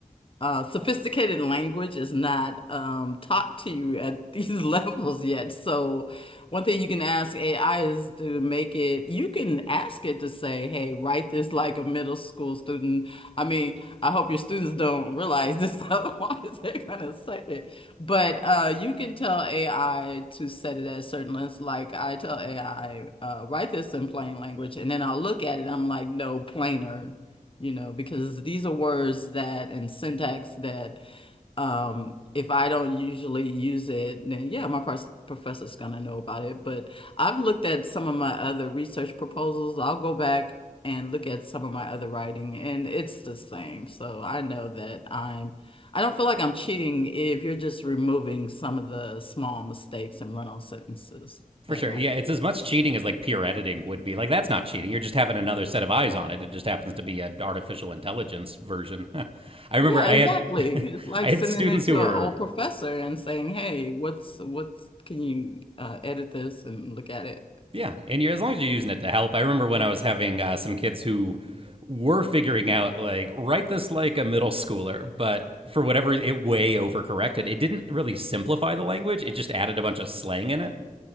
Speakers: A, on the left; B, on the right.
A: uh, sophisticated language is not um, taught to you at these <laughs> levels yet. So, one thing you can ask AI is to make it, you can ask it to say, hey, write this like a middle school student. I mean, I hope your students don't realize this, <laughs> otherwise, they're going to say it. But uh, you can tell AI to set it at certain lengths. Like, I tell AI, uh, write this in plain language, and then I'll look at it, I'm like, no, plainer you know, because these are words that and syntax that um if I don't usually use it, then yeah, my pros- professor's gonna know about it. But I've looked at some of my other research proposals. I'll go back and look at some of my other writing, and it's the same. So I know that I'm, I don't feel like I'm cheating if you're just removing some of the small mistakes and run-on sentences
B: For
A: that
B: sure.
A: might.
B: Yeah, it's as much cheating as like peer editing would be. Like that's not cheating. You're just having another set of eyes on it. It just happens to be an artificial intelligence version. <laughs> I remember
A: Yeah,
B: I
A: exactly.
B: had <laughs>
A: It's like
B: I had
A: sending
B: students
A: it
B: who
A: to an
B: were
A: old professor and saying, "Hey, what's what's can you uh, edit this and look at it?"
B: yeah, and you're, as long as you're using it to help. I remember when I was having uh, some kids who were figuring out like write this like a middle schooler, but for whatever it way overcorrected. It didn't really simplify the language. It just added a bunch of slang in it.